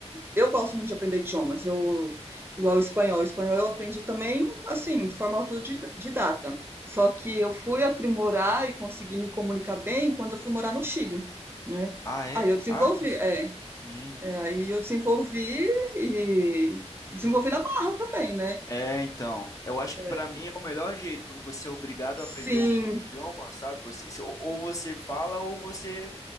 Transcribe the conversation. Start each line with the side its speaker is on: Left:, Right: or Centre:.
Right: eu gosto muito de aprender idiomas, eu igual o espanhol, o espanhol eu aprendi também, assim, de forma autodidata, só que eu fui aprimorar e consegui me comunicar bem quando eu fui morar no Chile, né.
Left: Ah, é?
Right: Aí eu desenvolvi
Left: Ah, você-
Right: é.
Left: sim.
Right: É, aí eu desenvolvi e desenvolvi na marra também, né?
Left: É, então. Eu acho que
Right: É,
Left: pra mim é o melhor jeito, quando você é obrigado
Right: sim,
Left: a aprender um novo idioma, sabe? Você, se- ou, ou você fala ou você